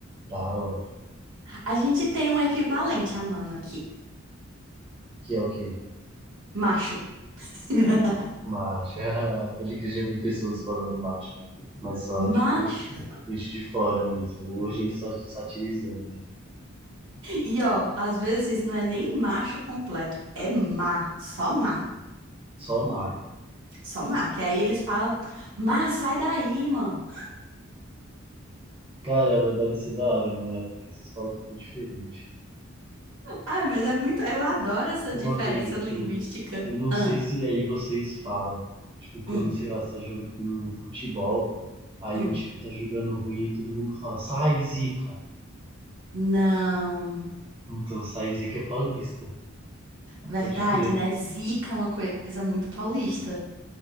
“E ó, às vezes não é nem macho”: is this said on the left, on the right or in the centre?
Right